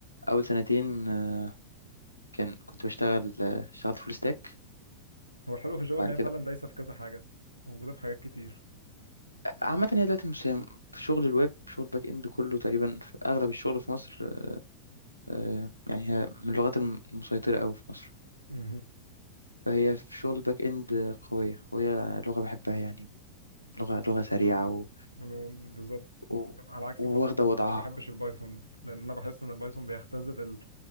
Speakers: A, on the left (about 85°); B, on the right (about 80°).
A: أول سنتين آه، كان كنت بشتغل آه، اشتغلت فول ستاك
B: هو الحلو في الجافا
A: وبعد
B: ان هي
A: كده
B: فعلا دايسة في كذا حاجة موجودة في حاجات كتير
A: عامة هي دلوقتي المس- في شغل الويب شغل باك اند كله تقريبا في أغلب الشغل في مصر آه، يعني هي من اللغات الم- المسيطرة أوي في مصر
B: مهم.
A: فهي في شغل باك اند قوية وهي لغة بحبها يعني لغة لغة سريعة
B: اه
A: و...
B: ولو- بالظبط
A: و...
B: على عكس
A: وواخدة
B: الب... ما
A: وضعها
B: بحبش البايثون لان انا بحس ان البايثون بيختزل ال-